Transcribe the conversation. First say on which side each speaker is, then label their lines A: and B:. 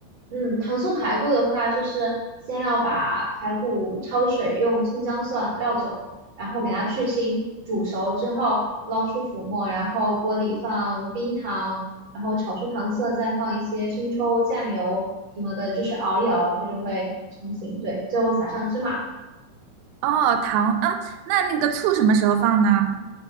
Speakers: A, on the right (about 45°); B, on the right (about 85°).
A: 嗯，糖醋排骨的话，就是先要把排骨焯水，用葱姜蒜、料酒，然后给它去腥，煮熟之后捞出浮沫，然后锅里放冰糖，然后炒出糖色，再放一些生抽、酱油什么的，就是熬一熬，它就会成型。对，最后撒上芝麻，
B: 哦，糖，啊，那那个醋什么时候放呢？